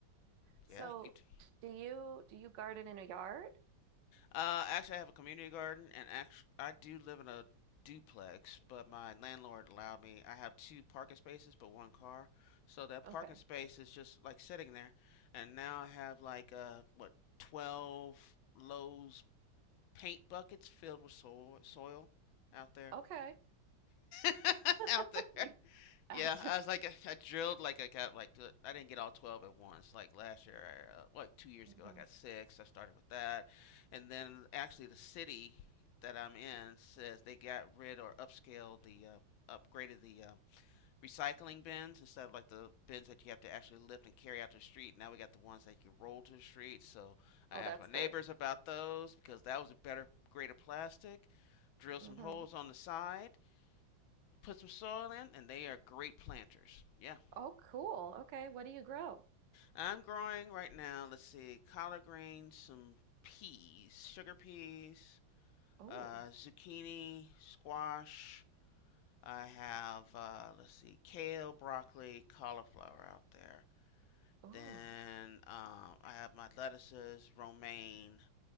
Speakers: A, on the right; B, on the left.
A: So
B: Yeah, you could.
A: do you do you garden in a yard?
B: Uh, actually, I have a community garden, and actually, I do live in a duplex, but my landlord allowed me. I have two parking spaces, but one car. So that parking
A: Okay.
B: space is just like sitting there, and now I have like uh what 12 Lowe's paint buckets filled with soil soil out there,
A: Okay.
B: <laughs> out
A: <laughs>
B: there. Yeah,
A: I'll just
B: I was like I drilled like I got like uh, I didn't get all 12 at once. Like last year, I, uh, like 2 years
A: Mhm.
B: ago I got 6. I started with that. And then actually the city that I'm in says they got rid or upscaled the uh, upgraded the um, recycling bins instead of like the bins that you have to actually lift and carry out to the street. Now we got the ones that you roll to the street. So I
A: Oh,
B: asked
A: that's
B: my neighbors
A: good.
B: about those because that was a better grade of plastic. Drill some
A: hmm
B: holes on the side put some soil in, and they are great planters. Yeah.
A: Oh, cool. Okay. What do you grow?
B: I'm growing right now, let's see, collard greens, some peas, sugar peas,
A: Oh,
B: uh, zucchini, squash. I have, uh, let's see, kale, broccoli, cauliflower out there.
A: oh,
B: Then um, I have my lettuces, romaine,